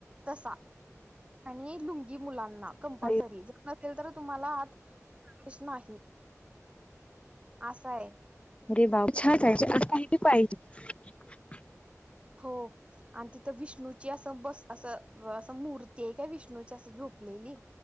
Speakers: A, on the right; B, on the left.
A: तसा. आणि लुंगी मुलांना ना कंपलसरी
B: पाहिजे.
A: तर तुम्हाला आत प्रवेश नाही आस हाय.
B: <unintelligible> पाहिजे.
A: हो आणि तिथं विष्णूची असं बस असं अस मूर्ती हाय काय विष्णूची अस झोपलेली